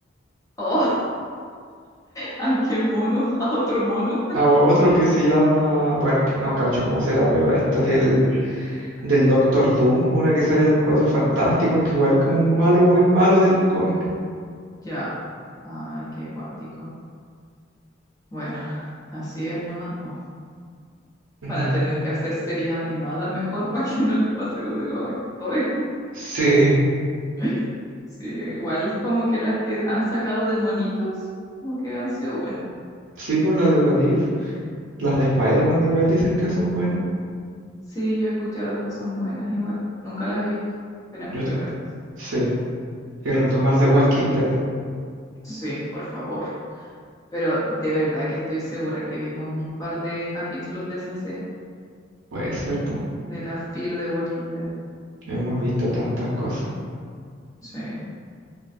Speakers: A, on the left (about 15°); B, on the right (about 85°).
A: Oh, oh. Ay, qué mono. <laughs> A otro mono.
B: a otro que se llama, bueno, es que no cacho cómo será, pero esta del, del Doctor Doom, una que sale en Los Cuatro Fantásticos, que igual como un malo, muy malo de los cómics.
A: Ya. Ay, qué cuático. Bueno, así es nomás, po.
B: Ujú.
A: Van a tener que hacer series animadas mejor para que no les pase lo de los actores.
B: Sí,
A: <laughs> Sí, igual como que las que han sacado de monitos, como que han sido buenas.
B: sí, por la de What If, las de Spider-Man igual dicen que son buenas.
A: Sí, yo he escuchado que son buenas igual. Nunca las he visto. Tenemos
B: Yo
A: que
B: tampoco.
A: verlas.
B: Sí, y retomar The Walking Dead.
A: Sí, por favor. Pero de verdad que estoy segura que vimos un par de capítulos de esa serie,
B: Puede ser, pues.
A: de la Fear the Walking Dead.
B: Hemos visto tantas cosas.
A: Sí,